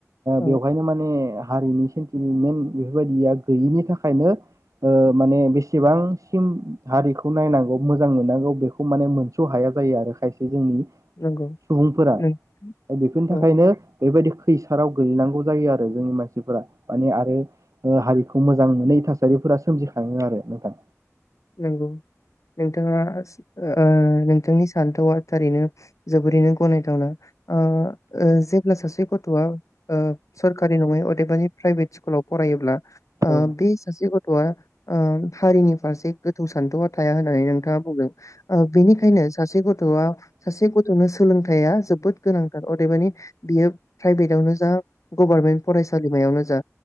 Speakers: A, on the left; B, on the right.
A: औ
B: बेवहायनो माने हारिनि सेन्टिमेन्ट बेफोरबायदिया गैयिनि थाखा खायनो ओ माने बेसेबांसिम हारिखौ नायनांगौ मोजां मोननांगौ बेखौ माने मोनस' हाया जायो आरो खायसे जोंनि
A: नंगौ
B: सुबुंफोरा
A: नों
B: बेफोरनि थाखायनो
A: औ
B: बेबायदि खैसाराव गोलैनांगौ जायो आ रो जोंनि मानसिफोरा माने आरो ओ हारिखौ मोजां मोनै थासारिफोरा सोमजिखाङो आरो नोंथां।
A: नंगौ नोंथाङा ओ नोंथांनि सान्थौआ थारैनो जोबोरैनो गनायथावना। ओ ओ जेब्ला सासे गथ'आ ओ सरकारि नङै अदेबानि प्राइभेट कुलाव फरायोब्ला
B: औ
A: ओ बि सासे गथवा ओ हारिनि फारसे गोथौ सान्थौआ थाया होननानै नोंथाङा बुंदों ओ बेनिखायनो सासे गथ'आ सासे गथ'नो सोलोंथाइया जोबोद गोनांथार अदेबानि बियो प्राइभेटावनो जा गभारमेन्ट फरायसालिमायावनो जा